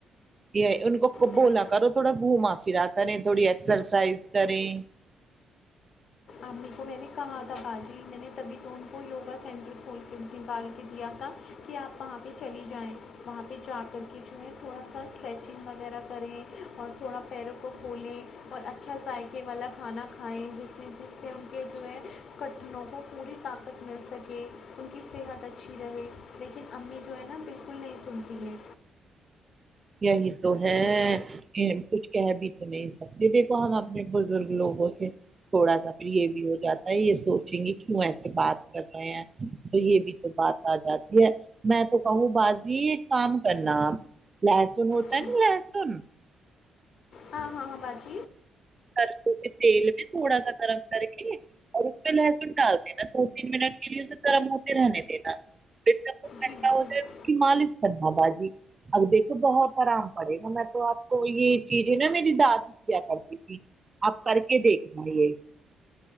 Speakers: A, on the right (about 30°); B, on the left (about 65°).
A: یہ ان کو
B: میں
A: بولا
B: نے
A: کرو تھوڑا گھوما پھرا کریں تھوڑی ایکسرسائز کریں
B: امی کو میں نے کہا تھا باجی میں نے تبھی ان کو یوگا سینٹر کھول کے نکال کے دیا تھا کہ آپ وہاں پہ چلی جائیں وہاں پہ جا کر کے جو ہے تھوڑا سا اسٹریچنگ وغیرہ کریں اور تھوڑا پیروں کو کھولیں اور اچھا ذائقے والا کھانا کھائے جس جس سے ان کے جو ہے گٹھنوں کو پوری طاقت مل سکے ان کی صحت اچھی رہے لیکن امی جو ہے نا بالکل نہیں سنتی ہے
A: یہی تو ہے کہ کچھ کہہ بھی تو نہیں سکتے دیکھو ہم اپنے بزرگ لوگوں سے تھوڑا سا پھر یہ بھی ہو جاتا ہے یہ سوچیں گے کہ وہوں ایسے بات کر رہے ہیں تو یہ بھی بات آ جاتی ہے میں تو کہوں بازی کام کرنا لہسن ہوتا
B: جی
A: ہے نا لہسن
B: ہاں ہاں ہاں باجی
A: سرسوں کے تیل میں تھوڑا سا گرم کر کے اور اس پہ لہسن ڈال دینا دو تین منٹ کے لیے اسے گرم ہوتے رہنے دینا پھر جب وہ ٹھنڈا
B: جی
A: ہوجائے
B: جی
A: اس کی مالش کرنا باجی اب دیکھ تو بہت آرام پڑے گا میں تو آپ کو یہ چیز ہے نا میری دادی کیا کرتی تھی آپ کر کے دیکھ رہ یہ